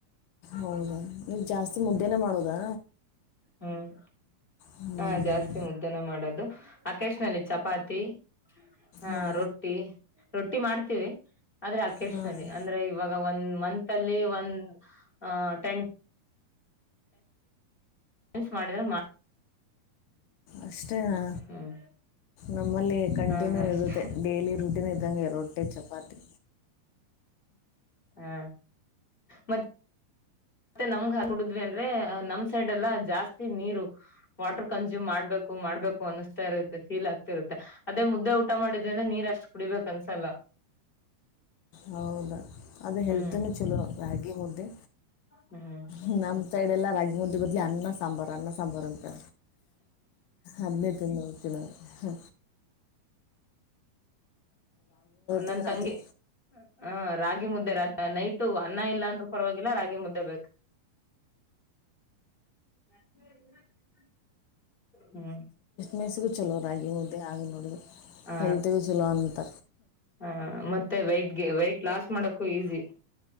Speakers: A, on the left (about 75°); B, on the left (about 15°).
A: ಹೌದ ನೀ ಜಾಸ್ತಿ ಮುದ್ದೆನೆ ಮಾಡೋದಾ
B: ಹ್ಮ್
A: ಹ್ಮ್
B: ಹಾ ಜಾಸ್ತಿ ಮುದ್ದೆ ಮಾಡೋದು ಅಕೇಶ ನಲ್ಲಿ ಚಪಾತಿ. ಹ
A: ಹಾ
B: ರೊಟ್ಟಿ ರೊಟ್ಟಿ ಮಾಡ್ತೀವಿ ಆದ್ರೆ ಅಕೇಶನಲ್ಲಿ
A: ಹಾ
B: ಅಂದ್ರೆ ಇವಾಗ ಒಂದ್ ಮಂತ್ ತಲ್ಲಿ ಒಂದು ಅ ಟೆನ್ ಮಿಸ್ ಮಾಡಿದ್ರ ಮಾ
A: ಅಷ್ಟೇನಾ
B: ಹ್ಮ್
A: ನಮ್ಮಲ್ಲಿ ಕಂಟಿನ್ಯೂ
B: ಹಾ ಅಷ್ಟೇ
A: ಇರುತ್ತೆ ಡೈಲಿ ರುಟೀನ್ ಇದ್ದಂಗೆೆ ರೊಟ್ಟಿ ಚಪಾತಿ.
B: ಹಾ ಮತ್ತ ಮತ್ತೆ ನಮ್ಗ್ ಹಾ ಕುಡುದ್ವಿ ಅಂದ್ರೆ ನಮ್ ಸೈಡ್ ಎಲ್ಲ ಜಾಸ್ತಿ ನೀರು ವಾಟರ್ ಕನ್ಸ್ಯೂಮ್ ಮಾಡ್ಬೇಕು ಮಾಡ್ಬೇಕು ಅನಸ್ತಾ ಇರುತ್ತೆ ಫೀಲ್ ಆಗ್ತಿ ಇರುತ್ತೆ ಅದೇ ಮುದ್ದೆ ಊಟ ಮಾಡಿದ್ರಿಂದ್ರ ನೀರ್ ಅಷ್ಟು ಕುಡಿಬೇಕ ಅನ್ಸಲ್ಲ
A: ಹೌದಾ ಅದು ಹೆಲ್ತ್ನು
B: ಹ್ಮ್
A: ಚಲೋ ರಾಗಿ ಈ ಮುದ್ದೆ
B: ಹ್ಮ್
A: <inaudible> ನಮ್ಮ ಸೈಡ್ ಎಲ್ಲ ರಾಗಿ ಮುದಿ ಬದಲಿ ಅನ್ನ ಸಾಂಬಾರ್ ಅನ್ನ ಸಾಂಬಾರಂತೆ ಅದನ್ನೇ ತಿನ್ನೋದು. ಜನ <unintelligible>
B: ನನ್
A: ತಿಂದ್ರೆ
B: ತಂಗಿ
A: ಅದೇ
B: ಹ ರಾಗಿ ಮುದ್ದೆ ರಾತ್ ನೈಟು ಅನ್ನ ಇಲ್ಲ ಅಂತ ಪರವಾಗಿಲ್ಲ ರಾಗಿ ಮುದ್ದ ಬ <unintelligible> ಹ್ಮ
A: ಮೆಸ್ಸಿಗೂ ಚಲೋ ರಾಗಿ ಮುದ್ದೆ ಹಾಗೆ ನೋಡಿದ
B: ಹ
A: ಹೆಲ್ತಿಗೂ ಚಲೋ ಅಂತ
B: ಹಾ ಮತ್ತೆ ವೈಟ್ಗೆ ವೈಟ್ ಲಾಸ್ ಮಾಡಕ್ ಈಸಿ